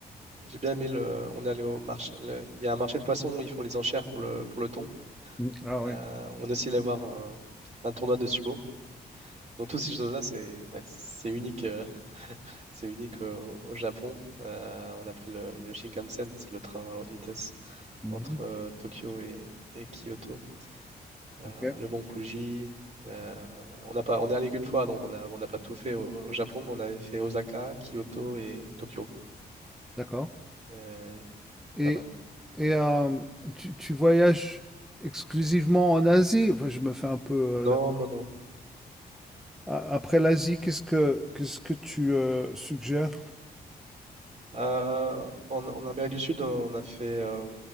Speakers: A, on the right (about 45°); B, in the centre.
A: j'ai bien aimé le. On est allé au marché. le- Il y a un marché de poissons où ils font les enchères pour le, pour le thon.
B: Mmh. Ah ouais.
A: Euh, on est aussi allé voir un, un tournoi de sumo. Donc toutes ces choses-là, c'est, ouais, c'est unique. euh, C'est unique euh, au Japon. Euh, on a pris le, le Shinkansen, c'est le train à haute vitesse
B: Mmh
A: entre euh, Tokyo et, et Kyoto. Euh,
B: OK.
A: le mont Fuji. euh, on n'a pas, on est allé qu'une fois, donc on a, on n'a pas tout fait au, au Japon, mais on avait fait Osaka, Kyoto et, Tokyo.
B: D'accord.
A: Euh,
B: Et
A: pas mal.
B: et hem, tu tu voyages exclusivement en Asie? Enfin, je me fais un peu,
A: Non,
B: euh,
A: non, non.
B: A- Après l'Asie, qu'est-ce que qu'est-ce que tu euh, suggères?
A: Euh, en, en Amérique du Sud, on a fait euh,